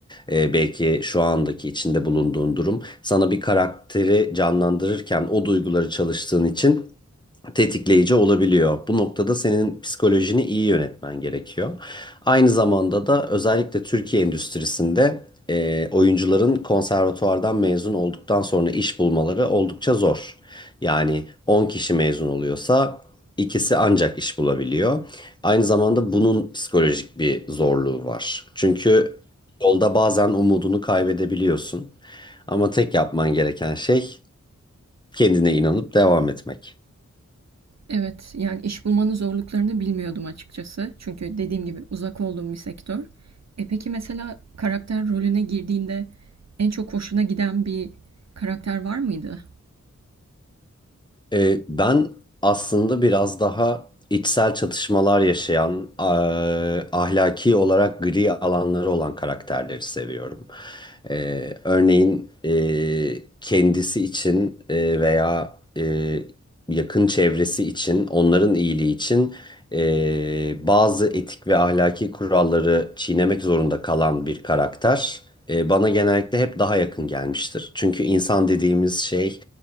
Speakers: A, on the left; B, on the right.
A: e, belki şu andaki içinde bulunduğun durum sana bir karakteri canlandırırken o duyguları çalıştığın için tetikleyici olabiliyor. Bu noktada senin psikolojini iyi yönetmen gerekiyor. Aynı zamanda da özellikle Türkiye endüstrisinde e, oyuncuların konservatuvardan mezun olduktan sonra iş bulmaları oldukça zor. Yani 10 kişi mezun oluyorsa ikisi ancak iş bulabiliyor. Aynı zamanda bunun psikolojik bir zorluğu var. Çünkü yolda bazen umudunu kaybedebiliyorsun. Ama tek yapman gereken şey kendine inanıp devam etmek.
B: Evet, yani iş bulmanın zorluklarını bilmiyordum açıkçası. Çünkü dediğim gibi uzak olduğum bir sektör. E peki mesela karakter rolüne girdiğinde en çok hoşuna giden bir karakter var mıydı?
A: Ee, ben aslında biraz daha içsel çatışmalar yaşayan, eee, ahlaki olarak gri alanları olan karakterleri seviyorum. Ee, örneğin eee, kendisi için eee, veya eee, yakın çevresi için, onların iyiliği için eee, bazı etik ve ahlaki kuralları çiğnemek zorunda kalan bir karakter. eee, Bana genellikle hep daha yakın gelmiştir. Çünkü insan dediğimiz şey